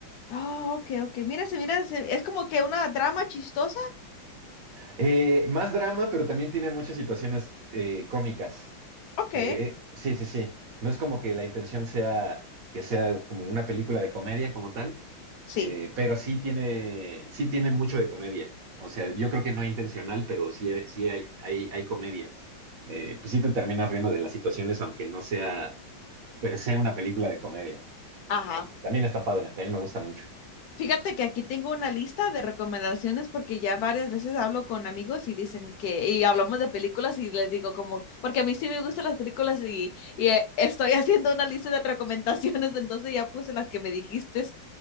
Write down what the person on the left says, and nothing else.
Oh, ok, ok. Mira, se mira, se- es como que una drama chistosa.
Ok,
sí.
Ajá.
Fíjate que aquí tengo una lista de recomendaciones porque ya varias veces hablo con amigos y dicen que, y hablamos de películas y les digo como, porque a mí sí me gustan las películas y, y eh, estoy <laughs> haciendo una lista de recomendaciones, <laughs> entonces ya puse las que me dijiste.